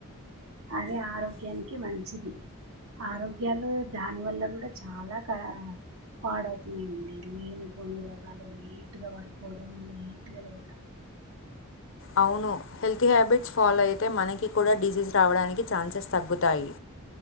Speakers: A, on the right; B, on the left.
A: అదే ఆరోగ్యానికి మంచిది ఆరోగ్యాలు దాని వల్ల కూడా చాలా క పాడవుతున్నాయండి లేనిపోని రోగాలు లేటుగా పడుకోవడం లేటుగా లేవడం
B: అవును హెల్త్ హ్యాబిట్స్ ఫాలో అయితే మనకి కూడా డిజీజ్ రావడానికి ఛాన్సెస్ తగ్గుతాయి